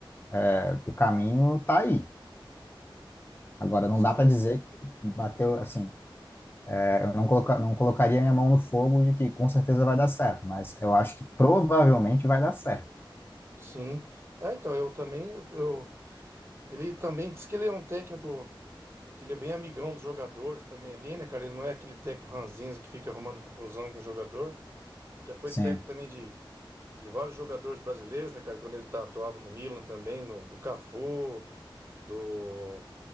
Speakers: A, on the left; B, on the right.
A: é, o caminho tá aí. Agora, não
B: Sim,
A: dá para dizer que bateu, assim, é, eu não, coloca, não colocaria minha mão no fogo de que com certeza vai dar certo, mas eu acho que provavelmente vai dar certo.
B: sim. É, então, eu também... Eu, eu- ele também disse que ele é um técnico... Que ele é bem amigão dos jogadores também ali, né, cara? Ele não é aquele técnico ranzinza que fica arrumando confusão com o jogador. Já foi
A: Sim,
B: técnico também de... de vários jogadores brasileiros, né, cara? Quando ele tá, atuava no Milan também, no, do Cafu, do